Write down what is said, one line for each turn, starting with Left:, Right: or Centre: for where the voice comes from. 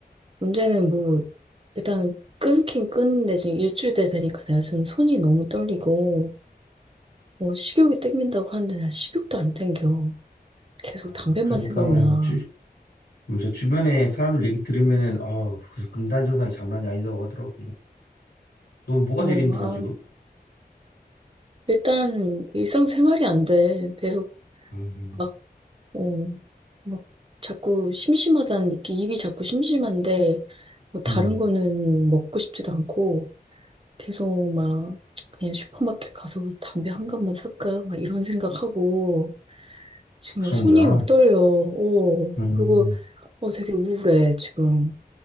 Right: 문제는 뭐 일단은 끊긴 끊는데 지금 일주일 돼 되니까 내가 지금 손이 너무 떨리고 뭐 식욕이 땡긴다고 하는데 난 식욕도 안 땡겨. 계속
Left: 아,
Right: 담배만
Left: 그러니까
Right: 생각나.
Left: 말이야. 주, 그래서 주변에 사람들 얘기 들으면은, 아우, 그 금단 증상이 장난이 아니다고 하더라고. 넌 뭐가
Right: 어,
Left: 제일 힘들어,
Right: 아,
Left: 지금?
Right: 일단 일상생활이 안 돼. 계속
Left: 음,
Right: 막, 어, 막 자꾸 심심하다는 느낌, 입이 자꾸 심심한데, 뭐 다른
Left: 음,
Right: 거는 먹고 싶지도 않고, 계속 막 그냥 슈퍼마켓 가서 담배 한 갑만 살까? 막 이런 생각하고, 지금
Left: 그
Right: 막
Left: 정도야.
Right: 손이 막 떨려. 어,
Left: 음,
Right: 그리고 어, 되게 우울해, 지금.